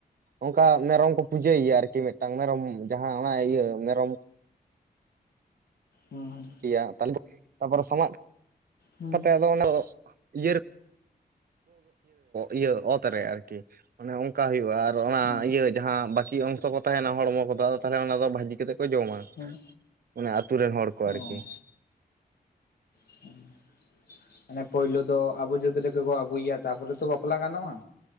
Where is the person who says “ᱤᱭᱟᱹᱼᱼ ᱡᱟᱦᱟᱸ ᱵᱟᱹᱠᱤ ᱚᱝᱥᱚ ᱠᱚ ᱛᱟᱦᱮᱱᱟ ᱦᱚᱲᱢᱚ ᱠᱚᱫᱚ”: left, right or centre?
Right